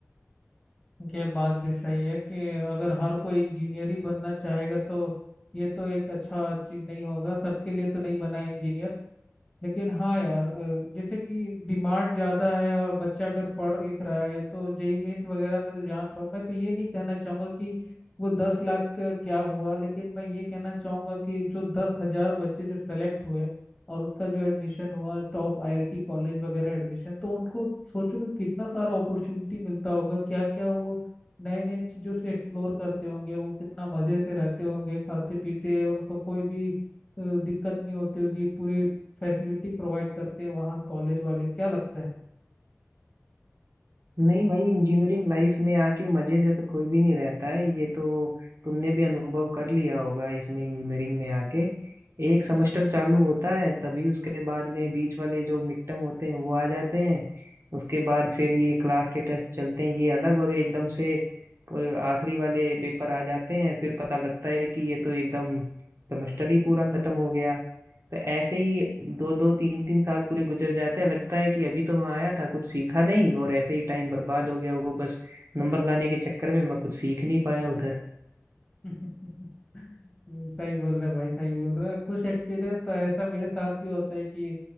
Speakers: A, on the left; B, on the right.
A: ये बात भी सही है कि अगर हर कोई इंजीनियर ही बनना चाहेगा तो ये तो एक अच्छा चीज़ नहीं होगा सबके लिए तो नहीं बना है इंजीनियर लेकिन हाँ यार अ, जैसे कि डिमांड ज़्यादा है और बच्चा अगर पढ़ लिख रहा है तो जेई मेंस वगैरह मैं तो जान रहा हूँ मैं तो ये नहीं कहना चाहूँगा कि वो दस लाख का क्या हुआ लेकिन मैं ये कहना चाहूँगा कि जो दस हजार बच्चे जो सेलेक्ट हुए और उनका जो एडमिशन हुआ टॉप आईआईटी कॉलेज वगैरह एडमिशन तो उनको सोचो कि कितना सारा अपॉर्चुनिटी मिलता होगा क्या क्या वो नए नए चीज़ों से एक्सप्लोर करते होंगे वो कितना मज़े से रहते होंगे खाते पीते उनको कोई भी अ, दिक्कत नहीं होती होगी पूरे फैसिलिटी प्रोवाइड करते हैं वहाँ कॉलेज वाले क्या लगता है
B: नहीं भाई इंजीनियरिंग लाइफ में आके मजे से तो कोई भी नहीं रहता है ये तो तुमने भी अनुभव कर लिया होगा इसमें इंजीनियरिंग में आके एक सेमेस्टर चालू होता है तभी उसके बाद में बीच वाले जो मिड टर्म होते हैं वो आ जाते हैं उसके बाद फिर ये क्लास के टेस्ट चलते हैं ये अलग और एकदम से वो आखिरी वाले पेपर आ जाते हैं फिर पता लगता है कि ये तो एकदम सेमेस्टर ही पूरा खत्म हो गया तो ऐसे ही दो दो तीन तीन साल पूरे गुजर जाते हैं लगता है कि अभी तो मैं आया था कुछ सीखा नहीं और ऐसे ही टाइम बर्बाद हो गया वो बस नंबर लाने के चक्कर में मैं कुछ सीख नहीं पाया उधर
A: <laughs> हम्म, सही बोल रहे भाई सही बोल रहे कुछ एक्सपीरियंस तो ऐसा मेरे साथ भी होता है कि